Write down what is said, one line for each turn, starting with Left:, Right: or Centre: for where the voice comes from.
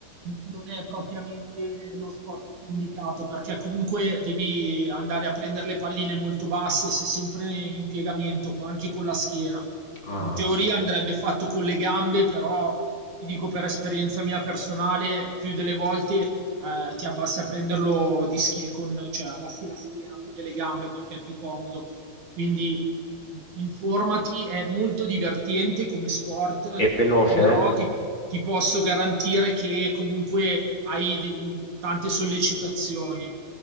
Right: n non è propriamente lo sport più indicato, perché comunque devi andare a prendere le palline molto basse, sei sempre in piegamento co anche con la schiena.
Left: Ah,
Right: In teoria andrebbe fatto con le gambe, però ti dico per esperienza mia personale, più delle volte eh, ti abbassi a prenderlo di schiena, con, cioè abbassi la schiena più che le gambe perché è più comodo. Quindi mh, informati, è molto divertente come sport,
Left: è veloce?
Right: però ti, ti posso garantire che comunque hai di- mh, tante sollecitazioni.